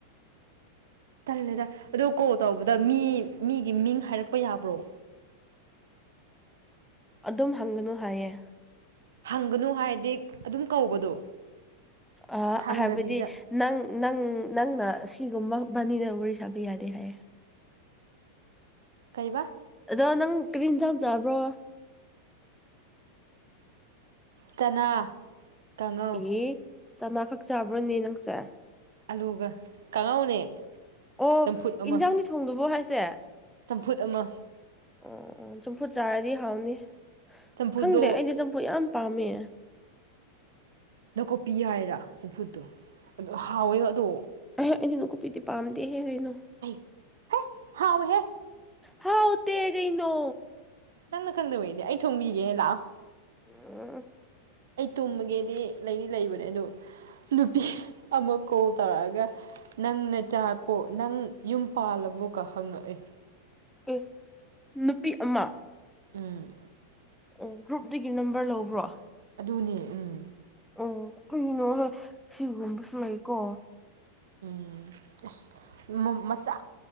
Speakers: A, on the right (about 60°); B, in the centre.
A: ꯇꯜꯂꯦꯗ ꯑꯗꯣ ꯀꯣꯜ ꯇꯧꯕꯗ ꯃꯤ ꯃꯤꯒꯤ ꯃꯤꯡ ꯍꯥꯏꯔꯛꯄ ꯌꯥꯕ꯭ꯔꯣ
B: ꯑꯗꯨꯝ ꯍꯪꯒꯅꯨ ꯍꯥꯏꯌꯦ
A: ꯍꯪꯒꯅꯨ ꯍꯥꯏꯗꯤꯛ ꯑꯗꯨꯝ ꯀꯧꯕꯗꯣ
B: ꯑꯥ
A: ꯍꯪꯗꯕꯤꯗ
B: ꯍꯥꯏꯕꯗꯤ ꯅꯪ ꯅꯪ ꯅꯪꯅ ꯁꯤꯒꯨꯝꯕ ꯕꯥꯅꯤꯅ ꯋꯥꯔꯤ ꯁꯥꯕ ꯌꯥꯗꯦ ꯍꯥꯏꯌꯦ
A: ꯀꯩꯕꯥ
B: ꯑꯗꯣ ꯅꯪ ꯀ꯭ꯔꯤ ꯏꯟꯖꯥꯥꯡ ꯆꯥꯕ꯭ꯔꯣ
A: ꯆꯅꯥ ꯀꯥꯡꯉꯧ
B: ꯑꯦ ꯆꯅꯥ ꯈꯛ ꯆꯥꯕ꯭ꯔꯣꯅꯦ ꯅꯪꯁꯦ
A: ꯑꯂꯨꯒ ꯀꯥꯡꯉꯧꯅꯦ
B: ꯑꯣ
A: ꯆꯝꯐꯨꯠ ꯑꯃ
B: ꯏꯟꯖꯥꯡꯅꯤ ꯊꯣꯡꯗꯨꯕꯣ ꯍꯥꯏꯁꯦ
A: ꯆꯝꯐꯨꯠ ꯑꯃ
B: ꯎꯝ ꯆꯝꯐꯨꯠ ꯆꯥꯔꯗꯤ ꯍꯥꯎꯅꯤ
A: ꯆꯝꯐꯨꯠꯇꯣ
B: ꯈꯪꯗꯦ ꯑꯩꯗꯤ ꯆꯝꯐꯨ ꯌꯥꯝ ꯄꯥꯝꯃꯦ
A: ꯅꯥꯀꯨꯞꯄꯤ ꯍꯥꯏꯔꯥ ꯆꯝꯐꯨꯠꯇꯣ ꯑꯗꯨ ꯍꯥꯎꯋꯦ ꯑꯗꯣ
B: ꯑꯍ ꯑꯩꯗꯤ ꯅꯨꯀꯨꯞꯄꯤꯗꯤ ꯄꯥꯝꯗꯦ ꯍꯦ ꯀꯩꯅꯣ
A: ꯍꯩ ꯍꯦ ꯍꯥꯎꯋꯤꯍꯦ
B: ꯍꯥꯎꯇꯦ ꯒꯩꯅꯣ
A: ꯅꯪꯅ ꯈꯪꯗꯕꯩꯅꯦ ꯑꯩ ꯊꯣꯡꯕꯤꯒꯦ ꯂꯥꯛꯑꯣ
B: ꯎꯝ
A: ꯑꯩ ꯇꯨꯝꯃꯒꯦꯗꯤ ꯂꯩꯗꯤ ꯂꯩꯕꯅꯦ ꯑꯗꯨ ꯅꯨꯄꯤ ꯑꯃ ꯀꯣꯜ ꯇꯧꯔꯑꯒ ꯅꯪ ꯅꯆꯥ ꯄꯣ ꯅꯪ ꯌꯨꯝ ꯄꯥꯜꯂꯕꯣꯀ ꯍꯪꯉꯛꯑꯦ
B: ꯑꯦ ꯅꯨꯄꯤ ꯑꯃ
A: ꯎꯝ
B: ꯑꯣ ꯒ꯭ꯔꯨꯞꯗꯨꯒꯤ ꯅꯝꯕꯔ ꯂꯧꯕ꯭ꯔꯣ
A: ꯑꯗꯨꯅꯦ ꯎꯝ
B: ꯎꯝ ꯀꯔꯤꯅꯣꯅꯦ ꯁꯤꯒꯨꯝꯕꯁꯨ ꯂꯩꯀꯣ
A: ꯎꯝ ꯑꯁ ꯃ ꯃꯆꯥ